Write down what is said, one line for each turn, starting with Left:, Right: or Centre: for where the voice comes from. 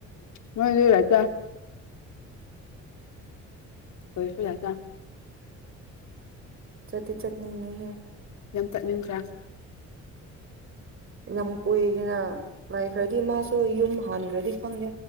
Left: ꯃꯣꯏꯗꯤ ꯂꯩꯇꯦ ꯍꯣꯏꯁꯨ ꯂꯩꯇꯦ <inaudible>
Right: ꯆꯇꯤ ꯆꯠꯅꯤꯉꯤꯍꯦ
Left: ꯅꯪ ꯆꯠꯅꯤꯡꯗ꯭ꯔꯥ
Right: ꯌꯥꯝ ꯀꯨꯏꯒꯅ ꯂꯩꯈ꯭ꯔꯗꯤ ꯃꯥꯁꯨ ꯌꯨꯝ ꯍꯥꯟꯈ꯭ꯔꯗꯤ ꯈꯪꯗꯦ